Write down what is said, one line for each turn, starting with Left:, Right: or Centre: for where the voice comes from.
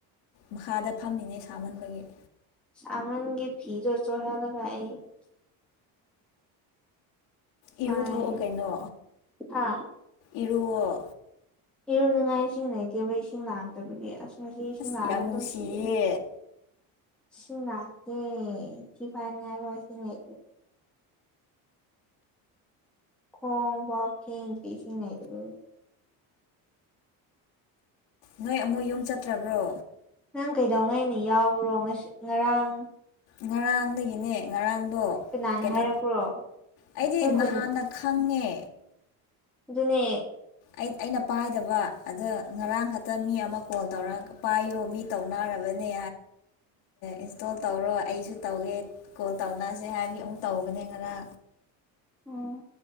Left: ꯃꯈꯥꯗ ꯐꯝꯃꯤꯅꯦ ꯁꯥꯃꯟꯕꯒꯤ
Centre: ꯁꯃꯥꯡꯒꯤ ꯐꯤꯔꯣ ꯆꯍꯂꯒꯏ
Left: ꯏꯔꯨꯊꯣꯛꯑꯣ
Centre: ꯄꯥꯏ
Left: ꯀꯩꯅꯣ
Centre: ꯍꯥ
Left: ꯏꯔꯨꯑꯣꯣ
Centre: ꯏꯔꯣꯟꯅꯤꯡꯉꯥꯏ ꯏꯁꯤꯡ ꯂꯩꯇꯦꯕ ꯏꯁꯤꯡ ꯂꯥꯛꯇꯕꯒꯤ ꯑꯁ ꯉꯁꯤ ꯁꯤꯅꯔꯦ
Left: ꯑꯁ ꯌꯥꯝ
Centre: ꯑꯗꯨꯝ
Left: ꯅꯨꯡꯁꯤꯌꯦ
Centre: ꯁꯤꯦ ꯁꯅꯥ ꯀꯦ ꯁꯤꯐꯥꯏꯅꯤ ꯍꯥꯏꯕ ꯁꯤꯉꯦ ꯈꯣꯡ ꯋꯥꯞ ꯈ ꯄꯁꯤꯅ ꯍꯥꯏꯗ
Left: ꯅꯣꯏ ꯑꯃꯨꯛ ꯌꯨꯝ ꯆꯠꯇ꯭ꯔꯕ꯭ꯔꯣ
Centre: ꯅꯪ ꯀꯩꯗꯧꯉꯩꯅ ꯌꯥꯎꯕ꯭ꯔꯣ ꯉꯁꯤ ꯉꯔꯥꯡ
Left: ꯉꯔꯥꯡꯗꯒꯤꯅꯦ ꯉꯔꯥꯡ ꯑꯗꯣ
Centre: ꯀꯅꯥꯅ
Left: ꯀꯩꯅꯣ
Centre: ꯍꯥꯏꯔꯛꯄ꯭ꯔꯣ
Left: ꯑꯩꯗꯤ
Centre: ꯑꯩꯈꯣꯏ
Left: ꯅꯍꯥꯟꯅ
Centre: ꯈꯨꯟ
Left: ꯈꯪꯉꯦ
Centre: ꯑꯗꯨꯅꯦ
Left: ꯑꯩ ꯑꯩꯅ ꯄꯥꯏꯗꯕ ꯑꯗꯣ ꯉꯔꯥꯡ ꯈꯛꯇ ꯃꯤ ꯑꯃ ꯀꯣꯜ ꯇꯧꯔ ꯄꯥꯏꯌꯣ ꯃꯤ ꯇꯧꯅꯔꯕꯅꯤ ꯏꯟꯁꯇꯣꯜ ꯇꯧꯔꯣ ꯑꯩꯁꯨ ꯇꯧꯒꯦ ꯀꯣꯜ ꯇꯧꯅꯁꯦ ꯍꯥꯏꯕꯒꯤ ꯑꯃꯨꯛ ꯇꯧꯕꯅꯤ ꯦꯡꯔ
Centre: ꯎꯝ